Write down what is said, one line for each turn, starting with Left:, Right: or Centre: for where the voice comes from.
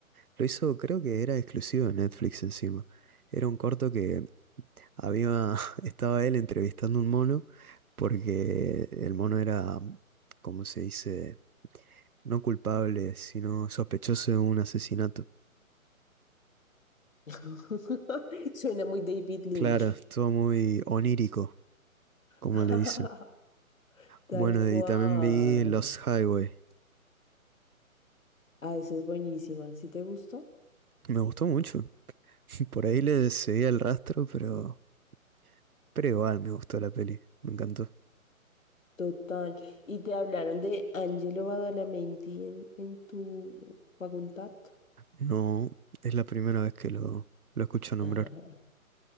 Right: lo hizo, creo que era exclusivo de Netflix encima. Era un corto que había, <laughs> estaba él entrevistando a un mono, porque el mono era, como se dice, no culpable, sino sospechoso de un asesinato.
Left: <laughs> Suena muy David Lynch.
Right: Claro, estuvo muy onírico, como
Left: <laughs>
Right: le dicen.
Left: Tal
Right: Bueno,
Left: cual.
Right: y también vi Los Highway.
Left: Ah, esa es buenísima. ¿Sí te gustó?
Right: Me gustó mucho. <laughs> Por ahí le seguí el rastro, pero, pero igual me gustó la peli. Me encantó.
Left: Total. ¿Y te hablaron de Angelo Badalamenti en, en tu facultad? <laughs>
Right: No, es la primera vez que lo, lo escucho nombrar.
Left: Ajá.